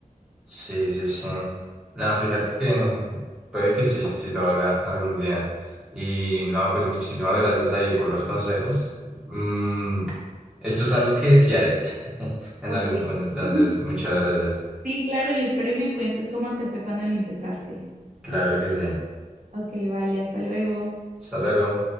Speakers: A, in the centre; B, on the right.
A: Sí, sí, sí. No, fíjate que puede que sí, sí lo haga algún día. Y no, pues muchísimas gracias ahí por los consejos. Mm, esto es algo que sí haré <laughs> en
B: Ok.
A: algún punto, entonces
B: <laughs>
A: muchas gracias.
B: Sí, claro, y espero y me cuentes cómo te fue cuando lo intentaste.
A: Claro que sí.
B: Ok, vale, hasta luego.
A: Hasta luego.